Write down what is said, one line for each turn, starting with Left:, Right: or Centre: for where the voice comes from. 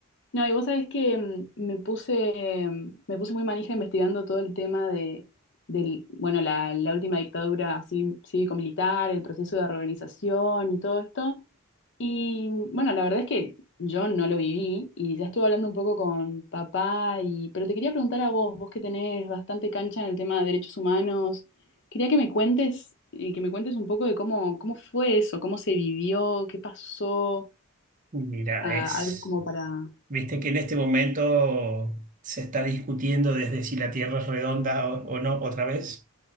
Left: no, y vos sabés que em, me puse, em, me puse muy manija investigando todo el tema de, del, bueno, la, la última dictadura así cívico-militar, el proceso de reorganización y todo esto. Y bueno, la verdad es que yo no lo viví y ya estuve hablando un poco con papá y pero te quería preguntar a vos, vos que tenés bastante cancha en el tema de derechos humanos, quería que me cuentes y que me cuentes un poco de cómo cómo fue eso, cómo se vivió, qué pasó,
Right: Mira,
Left: ah,
Right: es,
Left: algo como para
Right: viste que en este momento se está discutiendo desde si la Tierra es redonda o, o no otra vez.